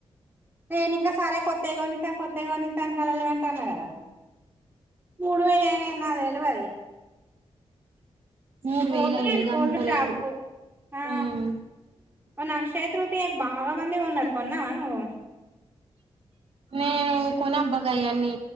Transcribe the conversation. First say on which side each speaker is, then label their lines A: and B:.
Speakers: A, on the right (about 15°); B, on the right (about 60°).
A: నేను ఇంకా సరే కొత్తయి కొనిత్త కొత్తయి కొనిత్తని కలాలు కంటానకదా మూడువేలే అని నాక్ తెల్వది
B: మూడు
A: పోతలేను
B: వేలు అయింది గంత
A: గోల్డ్ షాప్
B: రేటు
A: కు ఆ
B: ఉమ్
A: మొన అక్షయ తృ ఆంటే బాగా మంది కొన్నారు కొన్నావ నువ్వు
B: నేను కొనబ్బగయి అన్నీ